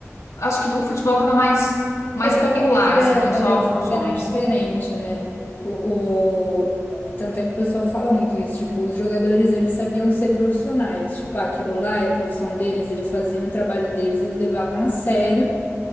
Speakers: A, on the left; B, on the left.
A: acho que o futebol tava mais mais
B: É que,
A: popular,
B: é que, é que era,
A: assim, não
B: era,
A: só
B: dif-
A: para os
B: era
A: homens.
B: diferente, né? O, o- Tanto é que o pessoal fala muito isso, tipo, os jogadores, eles sabiam ser profissionais, tipo, ah, aquilo lá é a profissão deles, eles faziam o trabalho deles, eles levavam a sério,